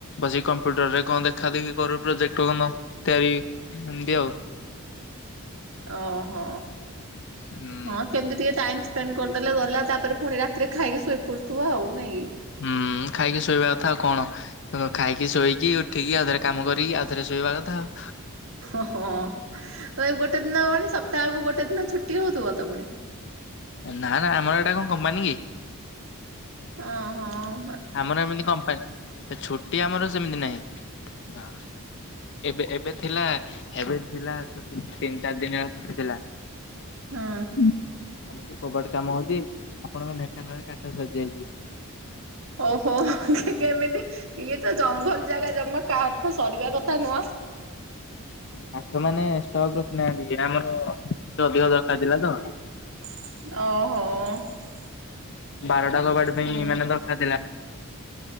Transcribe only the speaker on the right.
ଓହୋ,
ହଁ କେମିତି ଟିକେ ଟାଇମ୍ ସ୍ପେଣ୍ଡ କରିଦେଲେ ଗଲା, ତାପରେ ପୁଣି ରାତିରେ ଖାଇକି ଶୋଇ ପଡୁଥିବ ଆଉ, ନାଇଁ କି?
ଓହୋ, ଏ ଗୋଟେ ଦିନ ହବଣି ସପ୍ତାହକୁ ଗୋଟେ ଦିନ ଛୁଟି ହଉଛି । ତୁ ଆତା ପଣି <unintelligible>
ହ ହଁ ।
ହଁ।
ଓହୋ, କେମିତି? ଇଏ ତ ଜଙ୍ଗଲ ଜାଗା, ଜମା କାଠ ସରିବା କଥା ନୁହଁ।
ଓହୋ
ହୁଁ